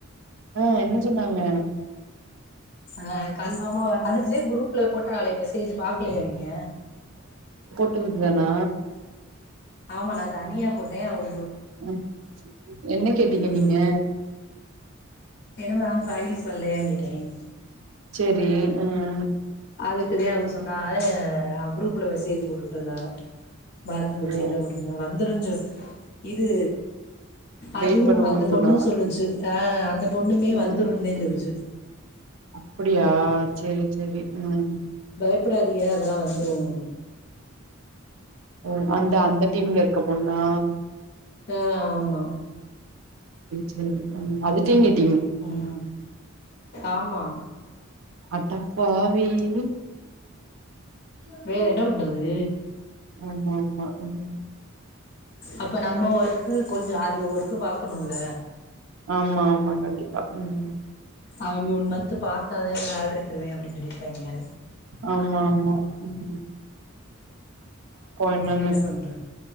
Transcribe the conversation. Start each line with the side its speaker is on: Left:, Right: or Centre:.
Right: ஆஹ் என்ன சொன்னாங்க
Left: ஆஹ் கன்ஃபாம வர அதுக்கு தான் குரூப்ல போட்டு டாலே மெசேஜு பாக்கலையா நீங்க
Right: இதுக்குதானா
Left: ஆமா நான் தனியா போட்டேன் அவங்
Right: உம் என்ன கேட்டீங்க
Left: ம்
Right: நீங்க
Left: என்ன மேம் பைல்ஸ் வல்லயான்னு கேட்டேன்
Right: சரி உம்
Left: அதுக்குதான் அவ சொன்னாங்க குரூப்ல மெசேஜ் போட்டுட்டு இருந்தாங்க மறந்து போச்சு
Right: ஓ
Left: என்ன பண்ணுறது வந்துரும் இது அதுவும்
Right: வெயிட் பண்ணுவோன்னு
Left: அந்த பொண்ணும்
Right: சொன்னாங்க
Left: சொல்லுச்சு ஆஹ அந் ந்த பொண்ணுமே
Right: ம்
Left: வந்துருந்தேன்னு சொல்லிச்சு
Right: அப்டியா செரி செரி உம்
Left: பயப்படாதீய அதெலாம் வந்துரும்
Right: ஓ அந்த அந்த டீம்ல இருக்க பொண்ணா
Left: ஆஹ ஆமா
Right: செரி உம் அதுட இருக்
Left: உம் ஆமா
Right: அட்டப் பாவி க்குங்
Left: வேற என்ன பண்றது
Right: ஆமா ஆமா உம்
Left: அப்ப நம்ம ஒர்க்கு கொஞ்சம் அது ஓர்க்கு பாக்கணும்ல
Right: ஆமா ஆமா கண்டிப்பா உம்
Left: அவிங்க ஓன் மன்த் பாத்தாதேன் சேலரி தருவேன் அப்டின்னு சொல்லிருக்காங்கே
Right: ஆமா ஆமா உம் என்னன்னு.
Left: என்ன பண்றது